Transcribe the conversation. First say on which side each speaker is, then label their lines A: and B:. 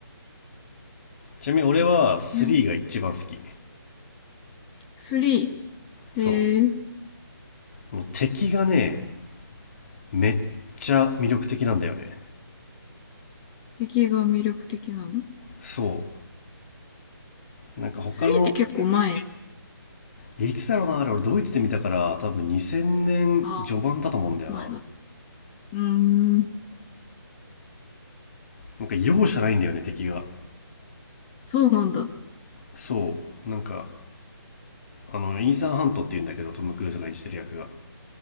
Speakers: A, on the left; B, on the left.
A: ちなみに俺は3が一番好き。
B: いや、3、
A: そ
B: えー、
A: う。この敵がね、めっちゃ魅力的なんだよね。
B: 敵が魅力的なの
A: そう。なんか他の、
B: ?3 って結構前。
A: いつだろうな、あれ俺ドイツで見たから多分2000年序盤だと思うんだよな。
B: ああ、前だね。うーん、
A: なんか容赦ないんだよね、敵が。
B: そうなんだ。
A: そう。なんか、あの、イーサン・ハントって言うんだけど、トム・クルーズが演じてる役が。